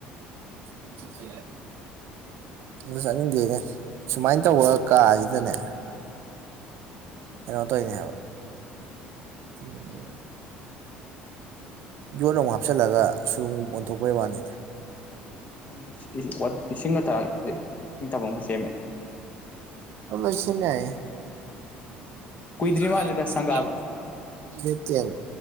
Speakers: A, on the right; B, on the left.
A: ꯎꯝ ꯆꯠꯄ ꯌꯥꯏ ꯑꯗꯣ ꯆꯠꯅꯤꯡꯗꯦꯅꯦ ꯁꯨꯃꯥꯏ ꯇꯧꯕ ꯀꯥꯖꯤꯗꯅꯦ ꯀꯩꯅꯣ ꯇꯧꯏꯅꯦ ꯍꯥꯏꯕ ꯎꯝ ꯌꯣꯠ ꯑꯃꯨꯛ ꯍꯥꯞꯆꯜꯂꯒ ꯁꯨꯔꯨꯡ ꯑꯣꯟꯊꯣꯛꯄꯩ ꯋꯥꯅꯤꯗ
B: ꯎꯝ ꯁꯤꯇꯤꯖꯦ ꯋꯥꯠ ꯏꯁꯤꯡꯒ ꯇꯥꯔꯛꯇꯗꯤ ꯏꯁꯤꯡ ꯇꯥꯕꯝꯒ ꯁꯦꯝꯃꯦ
A: ꯑꯗꯨ ꯂꯣꯏ ꯁꯦꯝ ꯌꯥꯏꯍꯦ ꯀꯨꯏꯗ꯭ꯔꯤꯃꯥꯜꯂꯦ
B: ꯀꯨꯏꯗ꯭ꯔꯤ ꯃꯥꯜꯂꯦꯗ
A: ꯁꯨꯝ
B: ꯁꯪꯒꯥꯕ
A: ꯂꯥꯞ ꯗꯦꯠ ꯇꯦꯟ